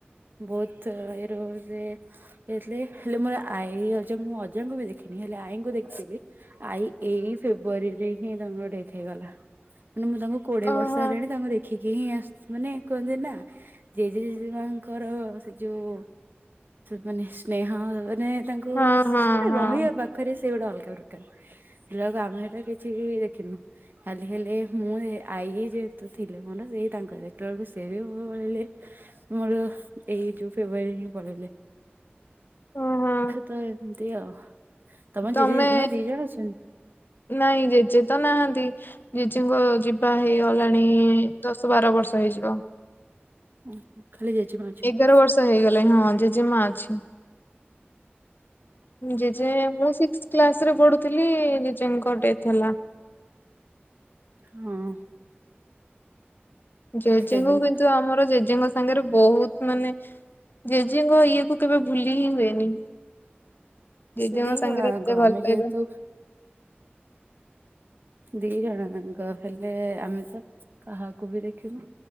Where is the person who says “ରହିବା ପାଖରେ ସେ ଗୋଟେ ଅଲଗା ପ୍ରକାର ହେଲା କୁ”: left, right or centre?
Right